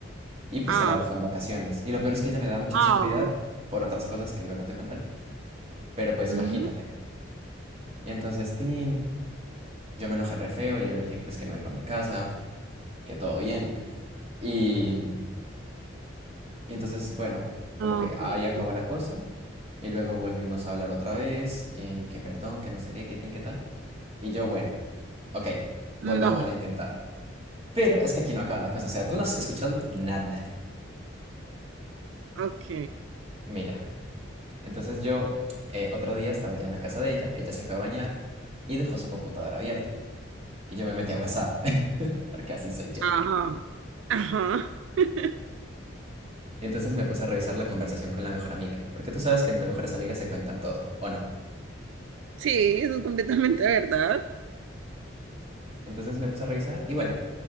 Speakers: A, on the right; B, on the right.
A: y pues
B: ah,
A: se la besó en vacaciones. Y lo peor es que ella me da mucha
B: ah,
A: inseguridad por otras cosas que luego te contaré. Pero pues
B: ujú.
A: imagínate. Y entonces, Tin, yo me enojé re feo y yo le dije pues que me voy para mi casa, que todo bien. Y Y entonces, bueno, como
B: <gasps> Ah,
A: que ahí
B: No,
A: acabó la cosa. Y luego volvimos a hablar otra vez, y que perdón, que no sé qué, que tin, que tan. Y yo, bueno, ok, volvámoslo
B: no,
A: a intentar. Pero es que aquí no acaba la cosa, o sea, tú no has escuchado nada.
B: ok,
A: Mira, entonces yo eh, otro día estaba ya en la casa de ella, ella se fue a bañar y dejó su computadora abierto. Y yo me metí a WhatsApp, <laughs> porque así soy yo.
B: ajá, ajá. <laughs>
A: Y entonces me puse a revisar la conversación con la mejor amiga, porque tú sabes que entre mejores amigas se cuentan todo, ¿o no?
B: Sí, eso es completamente verdad.
A: Entonces me puse a revisar y bueno,